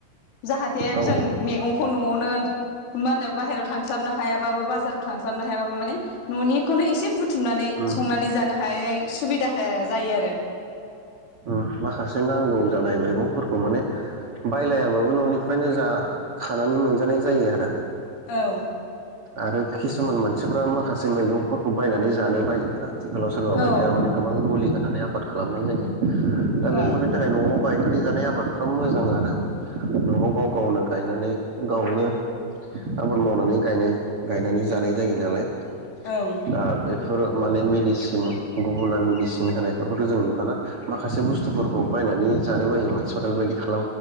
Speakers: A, on the left; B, on the right.
A: जाहाथे
B: औ
A: जों मैगंखौ न'आवनो मा होनो बाहेरायाव थांस्लाबनो हायाबाबो बाजाराव थांस्लाबनो हायाबाबो माने न'निखौनो एसे बुर बुथुमनानै
B: उम
A: संनानै जानो <unintelligible> सुबिदा हो जायो आरो
B: ओ माखासे नांगौ जानाय मैगंफोरखौ माने बायलायाबाबो न'निफ्रायनो जा खानानै मोनजानाय जायो आरो
A: औ
B: आरो किसुमान मानसिफ्रा माखासे मैगंफोरखौ बायनानै जानो बायोना आथिखालाव सोरबा
A: औ
B: बायदिया माने गोबां मुलि होनानै आबाद खालामनाय जायो दा
A: ओं
B: बेफोरनि थाखाय न'आव गायनानै जानाय आबादफ्रा मोजां आरो न'आव गाव गावनो गायनानै गावनो आबाद मावनानै गायनाय गायनानै जानाय जायो नालाय
A: ओं
B: दा बे फोर माने मेडिसिन गुबुना मेडिसिन होनायफोरखौथ' जों नुवाना माखासे बुस्थुफोरखौ बायनानै जानो बायोमोन <unintelligible>